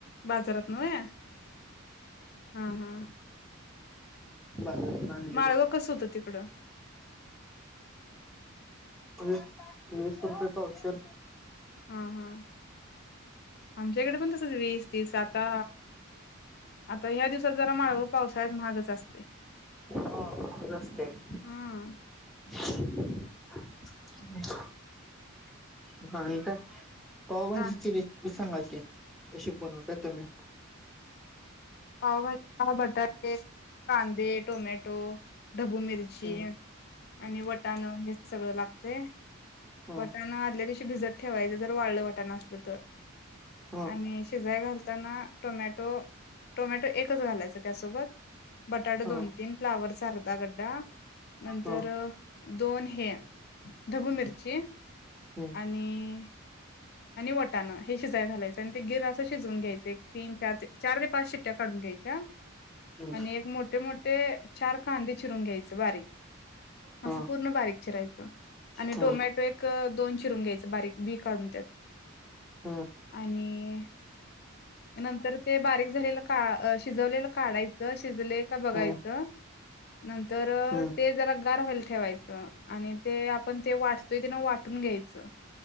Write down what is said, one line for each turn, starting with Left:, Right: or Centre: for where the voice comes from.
Left: बाजारात नव्हे. हा. हा.
Centre: बाजारातन आणलेलं.
Left: माळवं कसं होतं तिकडं
Centre: वीस वीस रुपये पावशेर
Left: हा, हा. आमच्या हिकडं पण तसच वीस तीस आता आता ह्या दिवसात जरा माळव पावसाळ्यात म्हागचं असतयं.
Centre: हा. खज असतयं.
Left: हम्म
Centre: <unintelligible> आणि काय? पावभाजीची
Left: काय
Centre: रेसिपी सांगायची <unintelligible> कशी बनवता तुम्ही?
Left: पावभाजीला बटाटे, कांदे टोमॅटो ढबू मिरची
Centre: हम्म
Left: आणि वटाणं हे सगळं लागतयं.
Centre: हा
Left: वटाणं आदल्या दिवशी भिजत ठेवायचं जर वाळ वटाणं असलं तर
Centre: हा
Left: आणि शेजाय घालत वटाणा टोमॅटो टोमॅटो एकच घालायच त्यासोबत बटाटा
Centre: हा
Left: दोन
Centre: हा
Left: तीन फ्लावरचा अर्धा गड्डा नंतर
Centre: हा
Left: दोन हे ढबू मिरची
Centre: हम्म
Left: आणि आणि वाटाण हे शिजाया घालायचं अनं ते गीर असं शिजून घ्यायच एक तीन चार चार ते पाच शिट्ट्या काढून घ्यायच्या
Centre: हम्म
Left: आणि एक मोठे मोठे चार कांदे चिरून घ्यायच बारीक
Centre: हा
Left: असं पूर्ण बारीक चिरायच आणि
Centre: हा
Left: टोमॅटो एक दोन चिरून घ्यायच बारीक बी काढून
Centre: हा हा
Left: आणि नंतर ते बारीक झालेलं का शिजवलेलं काढायचं शिजले का ते बघायचं
Centre: हम्म
Left: नंतर
Centre: हम्म
Left: ते जरा गार व्हायला ठेवायचं. आणि ते आपण ते वाटतोय ते ना वाटून घ्यायचं